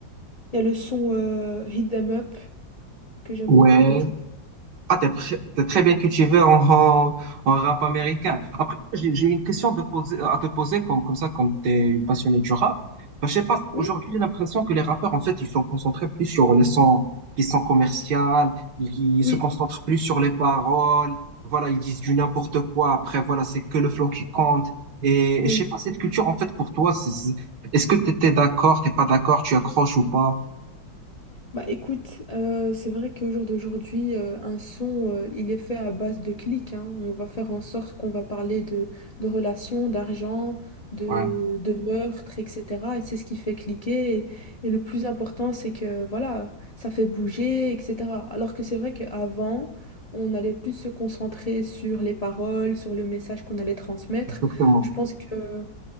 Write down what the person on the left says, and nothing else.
Il y a le son euh, Hit 'em Up que j'aime
beaucoup de Tupac.
Oui,
oui,
oui.
Bah écoute, euh, c'est vrai qu'au jour d'aujourd'hui, euh, un son, euh, il est fait à base de clics, hein. On va faire en sorte qu'on va parler de, de relations, d'argent, de,
de meurtres, etc. Et c'est ce qui fait cliquer. Et, et le plus important, c'est que voilà, ça fait bouger, etc. Alors que c'est vrai qu'avant, on allait plus se concentrer sur les paroles, sur le message qu'on allait transmettre.
Je pense que